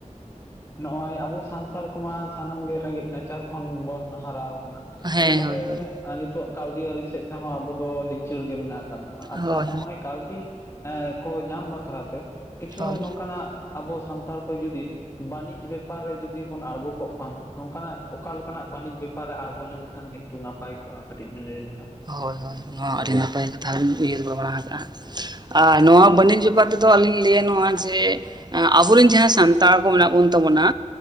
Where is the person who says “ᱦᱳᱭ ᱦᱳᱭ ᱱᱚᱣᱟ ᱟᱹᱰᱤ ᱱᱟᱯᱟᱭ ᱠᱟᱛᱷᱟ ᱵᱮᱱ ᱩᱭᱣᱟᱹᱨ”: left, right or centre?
Right